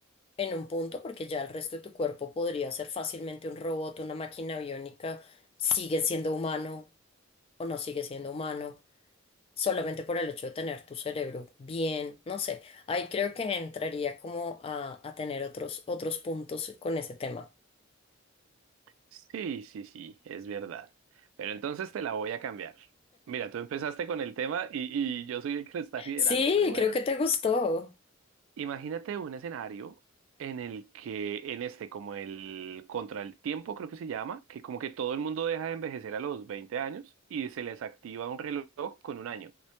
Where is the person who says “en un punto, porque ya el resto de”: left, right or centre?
Left